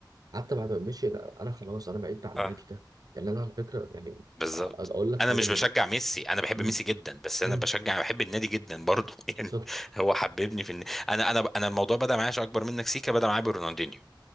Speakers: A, on the right; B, in the centre.
A: حتى بعد ما مشي انا أنا خلاص انا بعدت عن النادي
B: اه
A: ده يعني انا على فكره يعني
B: بالظبط
A: أ- اقول لك
B: انا
A: حاجه
B: مش
A: من
B: بشجع ميسي انا بحب
A: امم
B: ميسي جدا بس انا
A: امم
B: بشجع بحب النادي جدا برضه <laughs> يعني
A: بالظبط
B: هو حببني في الن... انا انا انا الموضوع بدا معايا عشان اكبر منك سيكا بدا معايا برونالدينيو